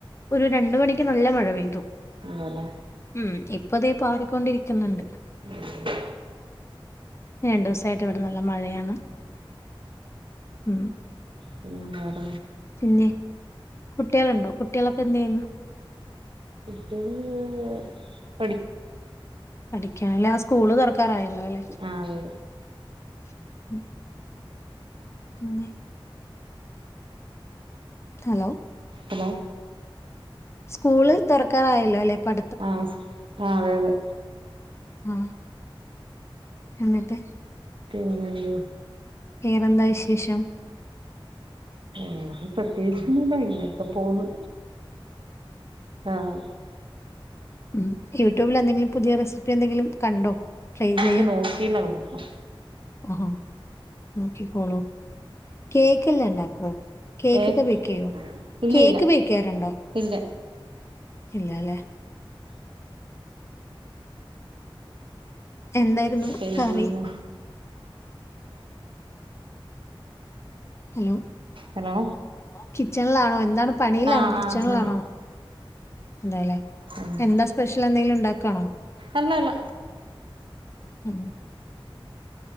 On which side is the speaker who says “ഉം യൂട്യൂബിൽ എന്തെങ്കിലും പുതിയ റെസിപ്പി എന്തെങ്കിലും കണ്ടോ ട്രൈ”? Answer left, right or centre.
Left